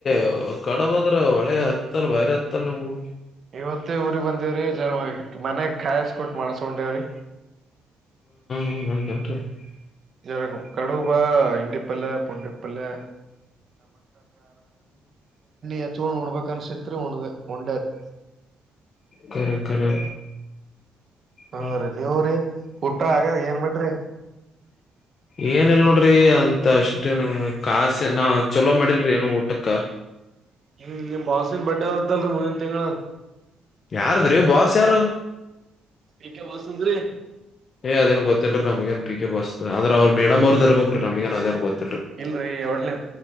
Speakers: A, on the left; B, on the right.
A: ಕೋ ಕಡಬಂದ್ರ ಒಳೆ ಹತ್ತಲ್ ಬಾರಿ ಹತ್ತಲ್ ನಿಮಗು.
B: ಇವತ್ತೇ ಊರಿಗೆ ಬಂದೇವ್ರಿ <unintelligible> ಮನೆಗ್ ಕಾಯಸ್ಕೊಟ್ ಮಾಡಸ್ಕೊಂಡೇವಿ.
A: ಹ್ಮ <unintelligible>
B: <unintelligible> ಕಡಬಾ ಹಂಡಿಪಲ್ಲೆ ಪೊಂಡಿಪಲ್ಲೆ. ಹಚ್ಕೊಂಡ್ ಉಣ್ಬೇಕ್ ಅನ್ಸಿತ್ರಿ ಉಣ್ದ ಉಂಡೇರಿ
A: ಕರೆ ಕರೆ.
B: ಹಾ
A: ಹ.
B: ರೀ ನೀವ್ರೀ
A: <unintelligible>
B: ಊಟ ಆಗ್ಯಾದ ಏನ್ ಮಾಡ್ರಿ
A: ಏನ ಇಲ್ ನೋಡ್ರಿ ಅ. ಅಷ್ಟೇ ನಾ ಕಾಸಿ ನಾ ಚೊಲೋ ಮಾಡಿಲ್ರಿ ಏನು ಊಟಕ್ಕ.
B: ಹ್ಮ್ ನಿಮ್ಮ ಬಾಸಿನ್ ಬಡೇ ಅಂತಲ್ರಿ ಮ <unintelligible>
A: ಯಾರದ್ರಿ ಬಾಸ್ ಯಾರು.
B: ಬಿಕೆ ವಾಸುಂದ್ರಿ.
A: ಏ ಅದೆನ ಗೊತ್ತಲ್ರಿ ನಮಗಏನ್ ಪಿಕೆ ಬಾಸ್ ದ ಅವ್ರ ಮೇಡಂ ಅವದ ಇಬೇಕ್ರೀ ನಮಗನ್ ಅದೇನ್ ಗೊತ್ತ
B: ಇಲ್ರರಿ ಏಡ್ನೇ